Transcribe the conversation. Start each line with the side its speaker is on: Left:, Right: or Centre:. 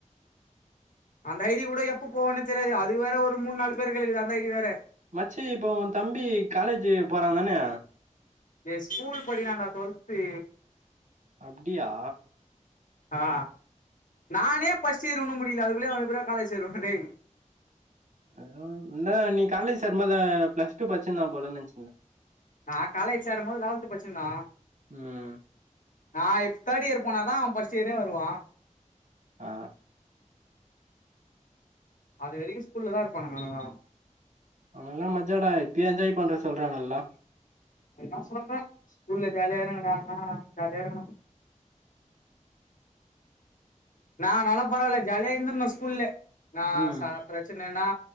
Left: அந்த ஐ டி கூட எப்ப போனே தெரியாது அது வேற ஒரு மூணு நாலு பேர் கிக்குது அந்த ஐ டி வேற
Right: மச்சி இப்போ உ தம்பி காலேஜ் போறா தானே
Left: ஏ ஸ்கூல் படிக்கிறாண்டா டுவல்த்து
Right: அப்டியா
Left: ஆ நானே ஃபர்ஸ்ட் இயர் ஒனு முடில அதுள்ளயே அவ காலேஜ் செருவா டேய்
Right: அத இந்த நீ காலேஜ் சர்மத ப்ளஸ் டூ பச்சிருந்தா போல நெனச்சிருந்தே
Left: நா காலேஜ் சேரும் போது லெவல்த் பச்சிருந்த
Right: ம்
Left: நா தேர்ட் இயர் போனா தா அவ ஃர்ஸ்ட் இயரே வருவா
Right: ஆ
Left: அது வெறிக்கி ஸ்கூல்ல தா இருப்பானங்க அவுனுங்க
Right: அவனல்லா மஜடா எப்பயே என்ஜாய் பண்ற சொல்றே நல்லா
Left: அதுதா சொல்றே ஸ்கூல்ல ஜாலியா இருங்கடா அம்மா ஜாலியா இருக்கணும நா நல்லா பரவால்ல ஜாலியா இருந்தந்தே ஸ்கூல்ல நா
Right: ம்
Left: சார் பிரச்சன்னா